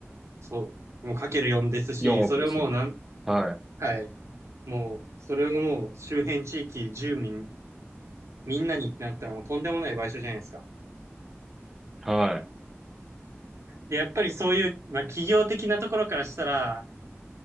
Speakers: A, on the right; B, in the centre.
A: そう、もうかける4ですし、
B: 4億ですね。
A: それをもうなん、
B: はい。
A: はい。もう、それをもう周辺地域、住民、みんなにってなったらもうとんでもない賠償じゃないですか。
B: は
A: で、やっぱりそういう、まあ、企業的なところからしたら、